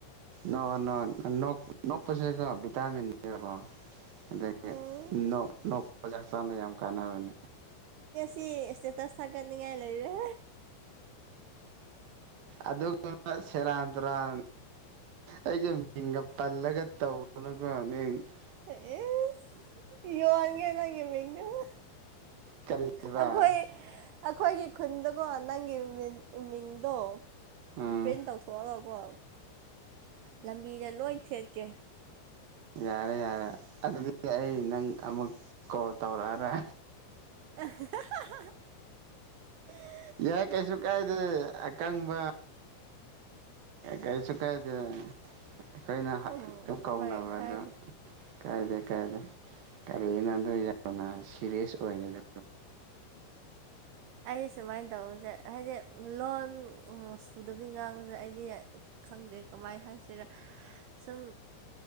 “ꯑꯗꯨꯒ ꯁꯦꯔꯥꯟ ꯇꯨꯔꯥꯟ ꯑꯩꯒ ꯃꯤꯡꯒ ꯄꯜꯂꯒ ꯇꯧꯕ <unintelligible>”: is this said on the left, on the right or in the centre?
Right